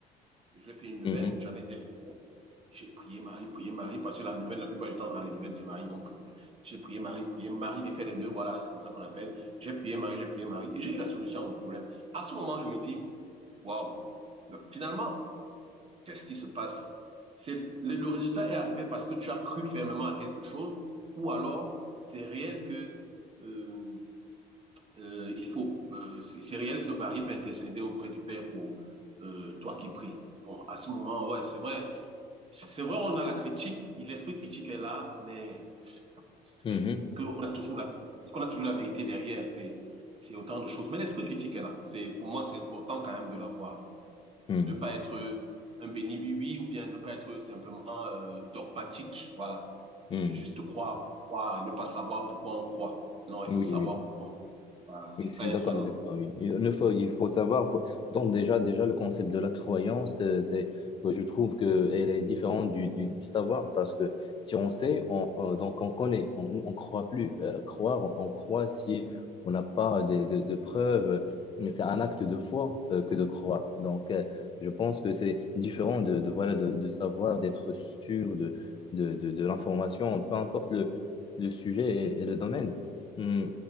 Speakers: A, on the right (about 35°); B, on the left (about 30°).
A: j'ai fait une
B: mhm,
A: veine, j'avais tel j'ai prié Marie, prié Marie, parce que la nouvelle, la plupart du temps, dans les nouvelles, c'est Marie qu'on prie. J'ai prié Marie, prié Marie, défait les nœuds, voilà, c'est comme ça qu'on appelle. J'ai prié Marie, j'ai prié Marie, et j'ai eu la solution à mon problème. À ce moment, je me dis, waouh, finalement, qu'est-ce qui se passe? C'est, le, le résultat est arrivé parce que tu as cru fermement à quelque chose, ou alors, c'est réel que, euh, euh, il faut, euh, c'est réel que Marie peut intercéder auprès du Père pour euh, toi qui pries. Bon, à ce moment, ouais, c'est vrai, c'est vrai, on a la critique, l'esprit critique est là, mais
B: mhm,
A: est-ce qu'on a toujours la, est-ce qu'on a toujours la vérité derrière? C'est, c'est autant de choses. Mais l'esprit critique est là. C'est, pour moi, c'est important quand même de l'avoir.
B: mhm,
A: Ne pas être un béni oui-oui ou bien ne pas être simplement euh, dogmatique. Voilà.
B: mhm.
A: Euh, Juste croire, croire et ne pas savoir pourquoi on croit. Non, il
B: Oui,
A: faut savoir
B: oui.
A: pourquoi on croit. Voilà. C'est
B: Oui, je
A: ça
B: suis
A: être
B: d'accord
A: un
B: avec
A: homme.
B: toi, oui. Il ne faut, il faut savoir, pour- donc déjà, déjà, le concept de la croyance, euh, c'est, euh, je trouve qu'elle est différente du, du, du savoir, parce que si on sait, on, on- donc on connaît, on ne croit plus. Euh, croire, on, on croit si on n'a pas de, de, de preuves, mais c'est un acte de foi euh, que de croire. Donc, euh, je pense que c'est différent de, de, voilà, de, de savoir, d'être sûr de, de, de, de l'information, peu importe le, le sujet et et le domaine. Hmm,